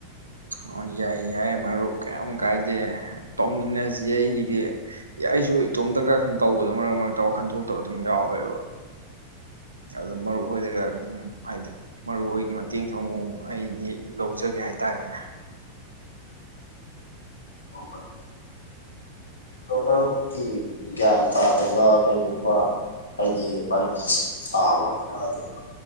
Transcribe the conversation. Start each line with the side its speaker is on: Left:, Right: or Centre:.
Right: ꯑꯣ ꯌꯥꯏ ꯌꯥꯏ ꯃꯔꯨꯞ ꯀꯌꯥꯝ ꯀꯥꯏꯗꯦ ꯇꯧꯃꯤꯟꯅꯁꯦ ꯑꯩꯒꯤꯗꯤ ꯑꯩꯁꯨ ꯏꯇꯣꯝꯇꯒ ꯁꯨꯝ ꯇꯧꯕꯗꯣ ꯃꯔꯛ ꯃꯔꯛꯇ ꯋꯥꯈꯟ ꯊꯣꯛꯇꯕ ꯑꯗꯨꯝ ꯌꯥꯎꯋꯦꯕ ꯑꯗꯨ ꯃꯔꯨ ꯑꯣꯏꯗꯒ ꯁꯨꯝ ꯍꯥꯏꯗꯤ ꯃꯔꯨ ꯍꯒꯤ ꯃꯇꯦꯡꯁꯨ ꯑꯃꯨꯛ ꯑꯩ ꯂꯧꯖꯒꯦ ꯍꯥꯏꯇꯥꯔꯦꯅꯦ
Left: ꯑꯣ ꯃꯔ ꯃꯔꯨꯞꯀꯤ ꯒ꯭ꯌꯥꯟ ꯇꯥꯗꯕ ꯀꯔꯤꯒꯨꯝꯕ ꯍꯥꯏꯗꯤ ꯄꯥꯟꯕꯤ ꯊꯥꯕ ꯑꯣꯏꯒꯦꯔꯥ ꯑꯗꯨ